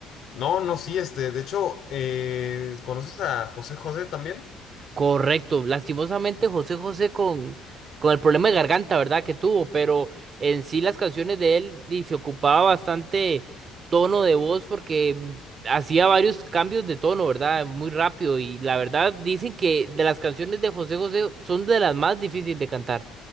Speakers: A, on the left; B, on the right.
A: No, no, sí, este, de hecho, eh, ¿conoces a José José también?
B: Correcto, lastimosamente José José con, con el problema de garganta, ¿verdad? que tuvo, pero en sí las canciones de él y se ocupaba bastante tono de voz porque mm, hacía varios cambios de tono, ¿verdad? Muy rápido y la verdad dicen que de las canciones de José José son de las más difíciles de cantar.